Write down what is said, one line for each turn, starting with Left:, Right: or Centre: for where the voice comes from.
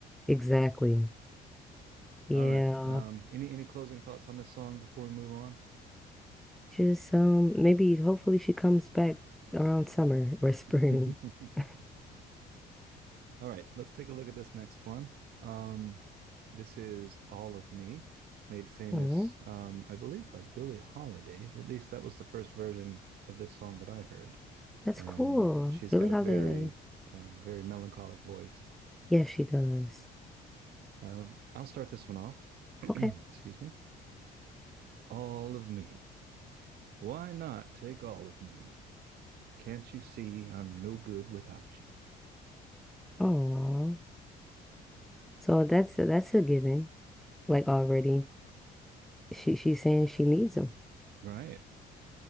Centre: Exactly. Yeah.
Right: All right. Um, any any closing thoughts on this song before we move on?
Centre: Just um maybe hopefully she comes back around summer or spring.
Right: <laughs>
Centre: <laughs>
Right: All right, let's take a look at this next one. Um, this is All of Me, made famous,
Centre: All right.
Right: um, I believe, by Billie Holiday. At least that was the first version of this song that I heard.
Centre: That's
Right: and
Centre: cool.
Right: she's
Centre: Billie
Right: got
Centre: Holiday.
Right: a very, uh, very melancholic voice.
Centre: Yes, she does.
Right: Uh, I'll start this one off. <clears throat> Excuse
Centre: Okay.
Right: me. All of me. Why not take all of me? Can't you see I'm no good without you?
Centre: Oh, so that's that's a given. Like already, she she's saying she needs him,
Right: Right.